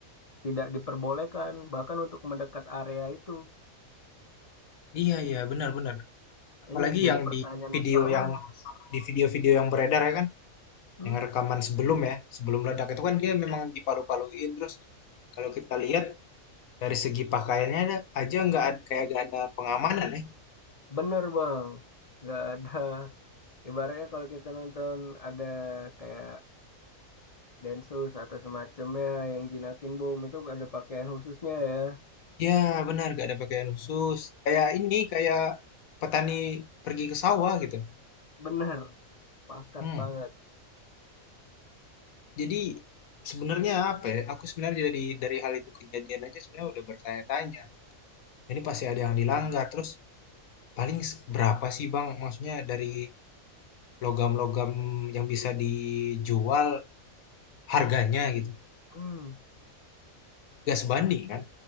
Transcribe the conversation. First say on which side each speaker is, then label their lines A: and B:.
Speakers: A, on the left; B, on the left.
A: tidak diperbolehkan bahkan untuk mendekat area itu
B: Iya iya benar-benar. Apalagi
A: iya jadi
B: yang
A: pertanyaan
B: di video
A: besar banget
B: yang di video-video yang beredar ya kan,
A: Hmm,
B: yang rekaman sebelum ya, sebelum ledak itu kan dia memang dipalu-paluin terus kalau kita lihat dari segi pakaiannya ada- aja nggak ad- kayak nggak ada pengamanan ya.
A: bener bang nggak ada ibaratnya kalau kita nonton ada kayak Densus atau semacamnya yang jinakin bom itu ada pakaian khususnya ya
B: Ya, benar, gak ada pakaian khusus. Kayak ini, kayak petani pergi ke sawah gitu.
A: bener pakat
B: Hmm.
A: banget
B: Jadi sebenarnya apa ya? Aku sebenarnya dari dari hal itu kejadian aja sebenarnya udah bertanya-tanya. Ini pasti ada yang dilanggar. Terus paling s- berapa sih Bang? Maksudnya dari logam-logam yang bisa dijual harganya gitu.
A: Hmm.
B: Gak sebanding kan?